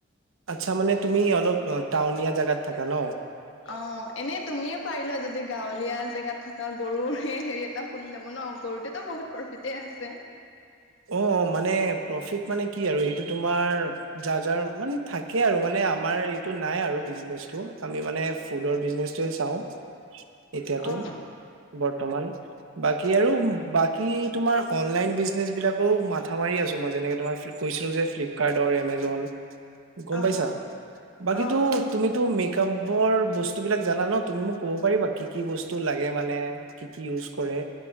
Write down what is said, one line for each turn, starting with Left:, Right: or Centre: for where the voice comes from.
Right: আচ্ছা মানে তুমি অলপ অ টাউনীয়া জাগাত থাকা
Left: ছে
Right: ন
Left: অ এনেই তুমিয়ে পাৰিলা যদি গাঁৱলীয়া জেগাত থকা গৰুৰে হেৰি এটা খুলি ল'ব ন গৰুটোতে বহুত প্ৰফিতে আছে
Right: অ মানে প্ৰফিট মানে কি আৰু সেইটো তোমাৰ যা যাৰ মানে থাকে আৰু মানে আমাৰ এইটো নাই আৰু বিজনেচটো আমি মানে ফুডৰ বিজনেচ চাওঁ এতিয়াতো
Left: অ
Right: বৰ্তমান বাকী আৰু বাকী তোমাৰ অনলাইন বিজনেচ বিলাক আকৌ মাথা মাৰি আছো মই যেনেকে তোমাৰ কৈছো যে ফ্লিপকাৰ্টৰ, এমেজন গম
Left: অ
Right: পাইছা বাকীটো
Left: অ অ
Right: তুমিতো মেকআপৰ বস্তু বলাক জানা ন তুমিমোক কব পাৰিবা কি কি বস্তু লাগে মানে কি কি ইউজ কৰে